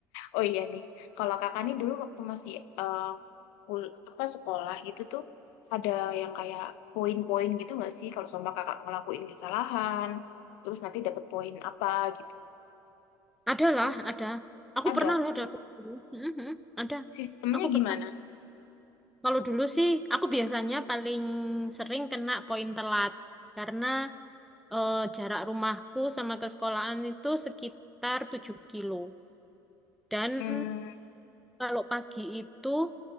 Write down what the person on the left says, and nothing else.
Oh iya nih, kalau kakak nih dulu waktu masih eh, kul- apa sekolah gitu tuh ada yang kayak poin-poin gitu nggak sih kalau sama kakak ngelakuin kesalahan, terus nanti dapat poin apa gitu.
Ada.
Sistemnya
gimana?
Hmm,